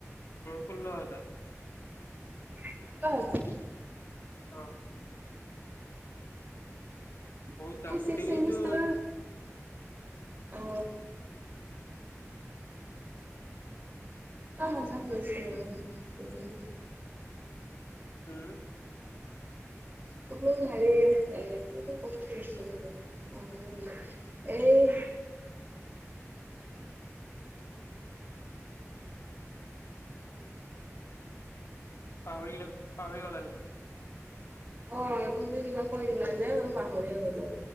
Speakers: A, on the left (about 55°); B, on the right (about 25°).
A: ষোল্ল হাজাৰ
B: কি
A: অ বহুত দাম
B: ছিকছ
A: তেলিটো
B: চেমিষ্টাৰ অ
A: উম
B: অ ভালে লৈছে উম
A: উম
B: কলো মাৰি আ কব খুজিছিল ন অ এই
A: পাহৰি পাহৰি গলা নেকি
B: অ তুমি কিবা কৈ দিলা যে মই পাহৰি গলো